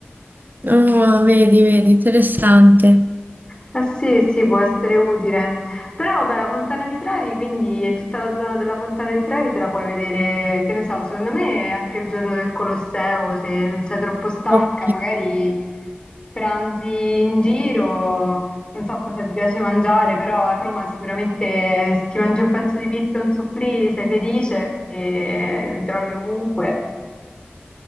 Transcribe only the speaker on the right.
Ah, vedi, vedi, interessante.
Ok.